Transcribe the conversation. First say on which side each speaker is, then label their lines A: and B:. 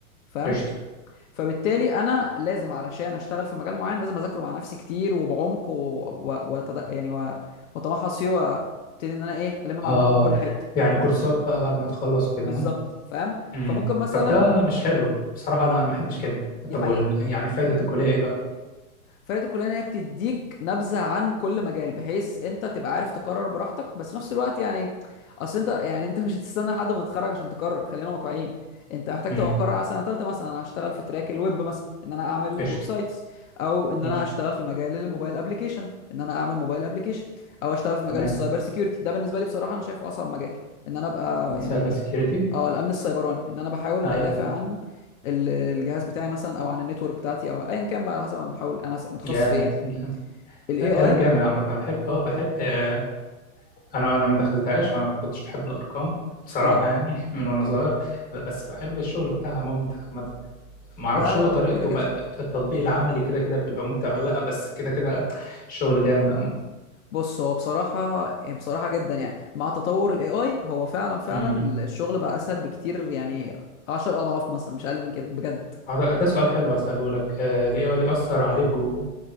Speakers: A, on the left; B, on the left.
A: فاهم
B: قشطة
A: فبالتالي انا لازم علشان اشتغل في مجال معين لازم اذاكره مع نفسي كتير وبعمق و... و... وتد... يعني و... واتمحص فيه وابتدي ان انا ايه الم معلومات
B: آه
A: من كل حته
B: يعني كورسات بقى بعد ما تخلص وكده
A: بالظبط
B: ها؟
A: فاهم
B: مم.
A: فممكن مثلا
B: طب ده مش حلو بصراحة لا أنا ما بحبش كده
A: دي
B: طب
A: حقيقه
B: وال... يعني فايدة الكلية إيه بقى؟
A: فهي دي كلها ان هي بتديك نبذه عن كل مجال بحيث انت تبقى عارف تقرر براحتك بس في نفس الوقت يعني اصل انت <laughs> يعني انت مش هتستنى لحد ما تتخرج عشان تقرر خلينا واقعيين انت محتاج
B: مم.
A: تبقى مقرر على سنه ثالثه مثلا انا هشتغل في تراك الويب مثلا ان انا اعمل
B: قشطة
A: ويب سايتس او ان
B: ماشي
A: انا اشتغل في مجال الموبايل ابلكيشن ان انا اعمل موبايل ابلكيشن او اشتغل في مجال
B: تمام
A: السايبر سيكيورتي ده بالنسبه لي بصراحه انا شايفه اصعب مجال ان انا ابقى
B: سايبر
A: يعني
B: سكيورتي
A: اه الامن السيبراني ان انا بحاول
B: أيوه
A: ادافع
B: أيوه
A: عن ال- الجهاز بتاعي مثلا او عن النتورك بتاعتي او ايا كان بقى على حسب انا بحاول انا س- متخصص
B: جامد
A: في ايه يعني
B: جامد
A: الاي
B: لا كلام
A: اي
B: جامد عامة أنا بحب أه بحب آه، انا انا ما دخلتهاش ما كنتش بحب الارقام بصراحه
A: اه
B: يعني <laughs> من وانا صغير بس بحب الشغل بتاعها ممتع عامه ما اعرفش
A: لا لا
B: هو طريقته
A: لا كده كده
B: بقى الت- التطبيق العملي كده كده بيبقى ممتع ولا لا بس كده كده الشغل جامد عامه
A: بص هو بصراحة بصراحة جدا يعني مع تطور الاي اي هو فعلا فعلا
B: امم
A: ال- الشغل بقى اسهل بكتير يعني عشر اضعاف مثلا مش اقل من كده بجد
B: آه، ده ده سؤال حلو اساله لك الاي اي اثر عليكم